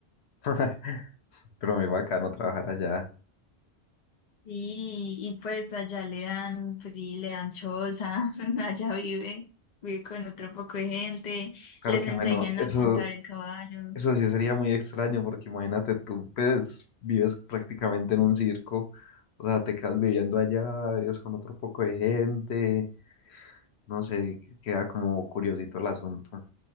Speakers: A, on the left; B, on the left.
A: <laughs> pero muy bacano trabajar allá.
B: Y, y pues allá le dan, pues sí, le dan choza, <laughs> allá vive, vive con otro poco de gente,
A: Claro
B: les
A: que
B: enseñan
A: bueno, eso,
B: a montar en caballo.
A: eso sí sería muy extraño porque imagínate tú, pues vives prácticamente en un circo, o sea, te quedas viviendo allá, vives con otro poco de gente. No sé, queda como curiosito el asunto.